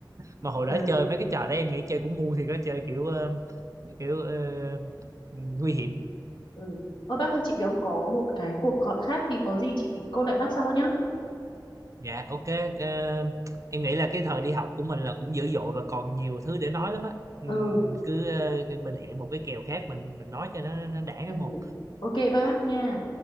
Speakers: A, on the right (about 40°); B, on the left (about 80°).
A: mà hồi
B: Ừ.
A: đó chơi mấy cái trò đó em nghĩ chơi cũng ngu thì có chơi kiểu ờ, kiểu ờ, nguy hiểm
B: Ừ. Ơ bác ơi chị đang có một cái cuộc gọi khác thì có gì chị cô lại bác sau nhá.
A: Dạ ok ờ, em nghĩ là cái thời đi học của mình là cũng dữ dội và còn nhiều thứ để nói lắm á Ừm,
B: Ừ.
A: cứ ờ, mình hẹn một cái kèo khác mình mình nói cho nó nó đã cái
B: Ừ.
A: một
B: Ok ba bác nha.